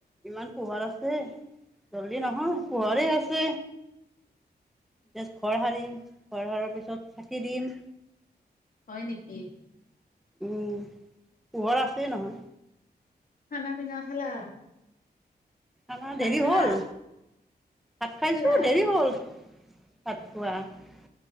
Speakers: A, in the centre; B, on the left.
A: ইমান পোহৰ আছে জল্দি নহয়, পোহৰে আছে। এতিয়া ঘৰ সাৰিম, ঘৰ সাৰাৰ পিছত চাকি দিম।
B: হয় নেকি।
A: উম, পোহৰ আছেই নহয়।
B: খানা, পিনা খালা?
A: খানা
B: ভাত
A: দেৰি
B: খালা?
A: হ'ল। ভাত খাইছো,
B: খালা
A: দেৰি হ'ল। পাতোৱা- <unintelligible>